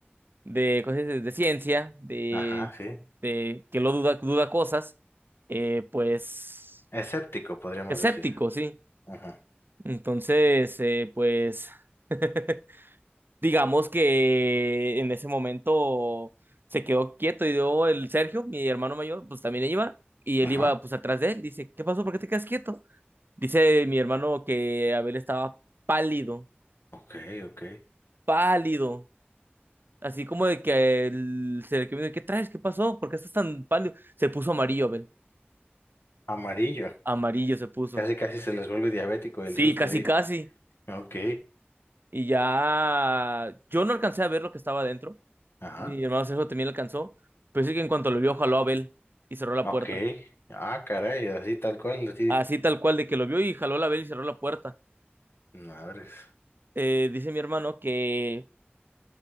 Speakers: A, on the right (about 55°); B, on the left (about 70°).
A: de cosas de, de ciencia, de,
B: Ajá, sí.
A: de que lo duda, duda cosas, eh, pues
B: Escéptico, podríamos
A: escéptico,
B: decir.
A: sí.
B: Ajá,
A: Entonces, eh, pues... <laughs> digamos que en ese momento se quedó quieto y dio el Sergio, mi hermano mayor, pues también iba y
B: ajá,
A: él iba pues atrás de él. Dice, ¿qué pasó? ¿Por qué te quedas quieto? Dice mi hermano que Abel estaba pálido,
B: ok, ok.
A: pálido. Así como de que el Sergio me dijo, ¿qué traes? ¿Qué pasó? ¿Por qué estás tan pálido? Se puso amarillo, Abel.
B: Amarillo.
A: Amarillo se puso.
B: Casi, casi se les vuelve diabético
A: Sí,
B: el susto
A: casi,
B: ahí.
A: casi.
B: Ok,
A: Y ya yo no alcancé a ver lo que estaba adentro.
B: ajá,
A: Mi hermano Sergio también alcanzó. Pero sí que en cuanto lo vio, jaló a Abel y cerró la
B: ok.
A: puerta.
B: Ah, caray, así tal cual, así.
A: Así tal cual, de que lo vio y jaló la vela y cerró la puerta.
B: Madres.
A: Eh, dice mi hermano que,